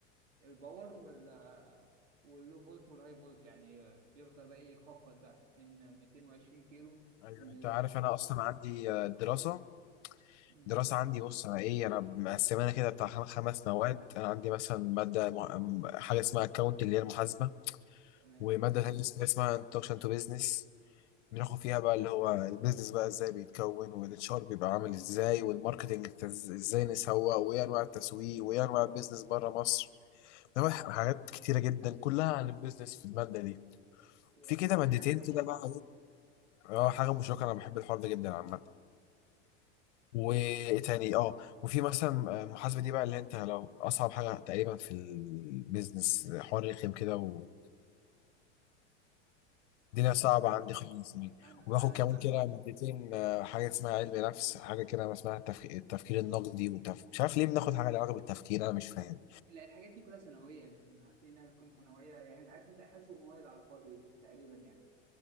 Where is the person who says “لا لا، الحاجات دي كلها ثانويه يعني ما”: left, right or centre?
Right